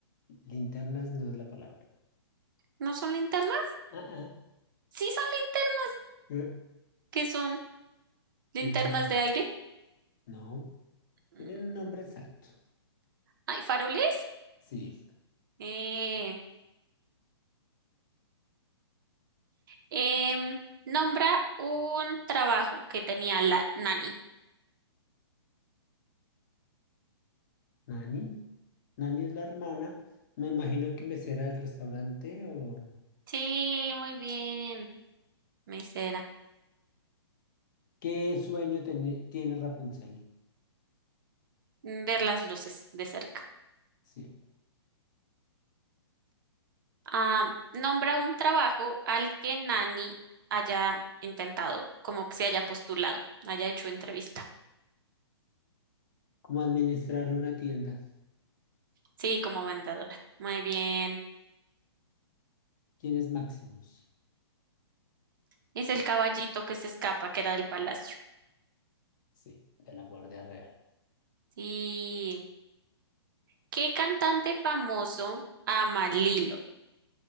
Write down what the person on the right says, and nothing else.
¿No son linternas?
Sí, son linternas.
¿Qué son?
¿Linternas
de aire?
Mm,
¿Hay faroles?
Eh, em, nombra un trabajo que tenía la nani.
Sí, muy bien, mesera.
Mm, Ver las luces de cerca.
Ah, nombra un trabajo al que Nani haya intentado, como que se haya postulado, haya hecho entrevista.
Sí, como vendedora. Muy bien.
Es el caballito que se escapa, que era del palacio.
Sí. ¿Qué cantante famoso ama Lilo?